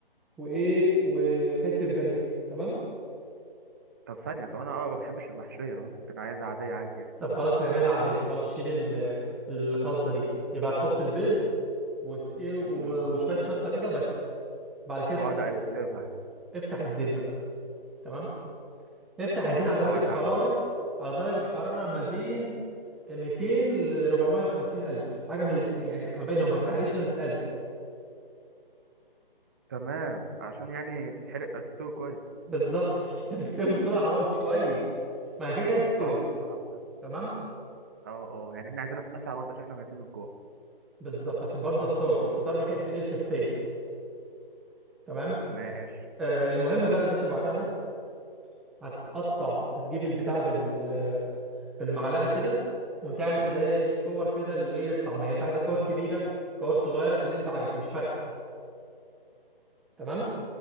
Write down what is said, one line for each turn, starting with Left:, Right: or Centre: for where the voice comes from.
Centre: وايه وحته بانيه تمام
Right: طب ثانيه طب انا اه ما بحبش المحشيه انا ممكن عايزها عاديه عادي يعني
Centre: طب خلاص نعملها عادية خلاص شيل ال- الخلطة دي يبقى هتحط البيض وت... إيه و-
Right: امم
Centre: وشوية شطة كده بس بعد كده
Right: واقعد اقلبها
Centre: افتح الزيت بقى تمام افتح الزيت على درجة
Right: اولعها
Centre: حرارة على درجة حرارة ما بين 200 ل 450 ألف حاجة من الاتنين يعني ما بينهم ما تعليش ولا تقلل
Right: تمام عشان يعني تتحرق تستوي كويس
Centre: بالظبط كده <laughs> تستوي بسرعة بقى مش كويس ما هي كده كده هتستوي
Right: اه بسرعة فعلا
Centre: تمام
Right: اه اه يعني احنا عايزينها في اسرع وقت عشان احنا ميتين من الجوع
Centre: بالظبط عشان برضه افطار والفطار بيحب الايه الخفية تمام
Right: ماشي
Centre: آه المهم بقى يا باشا بعدها هتقطع هتجيب البتاع بال بالمعلقة كده وتعمل زي كور كده للايه الطعمية انت عايزة كور كبيرة كور صغيرة اللي انت عايزه مش فارقة تمام